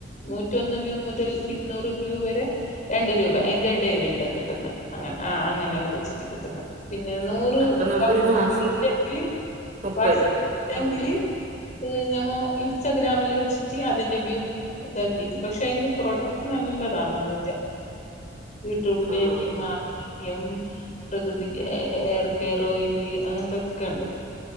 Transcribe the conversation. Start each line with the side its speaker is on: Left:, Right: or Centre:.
Left: നൂറ്റന്ന് വ്യൂ മുതൽ ഇരുന്നൂറ് വ്യൂ വരെ രണ്ട് രൂപ അയിന്റെ ടെൽണ്ട് കിട്ടുന്ന അങ്ങനെ ആഹ് അങ്ങനെ വെച്ചിട്ട് കിട്ടുന്ന പിന്നെ നൂറ്
Right: ആഹ് അപ്പൊ നമുക്കൊരു
Left: വട്സപ്പ്
Right: മാസം
Left: ഇല്ലങ്കില്
Right: മുപ്പത്
Left: വാട്സആപ്പ്ല്ലെങ്കില്
Right: രൂപ. ആഹ്
Left: ഞമ്മോ ഇൻസ്റ്റഗ്രാമിൽ വെച്ചിട്ട് അതിന്റെ വ്യൂ ഇതാക്കിട്ട് പക്ഷെ അതിന്റെ പ്രൊഡക്റ്റ് നല്ലതാണ് അതിന്റെ വീട്ട്റൂട്ട് ലേഹ്യം
Right: ആഹ്
Left: മാ യം പ്രകൃതി ഹെയർ കെയർ ഓയില് അങ്ങനത്തെക്കെണ്ട്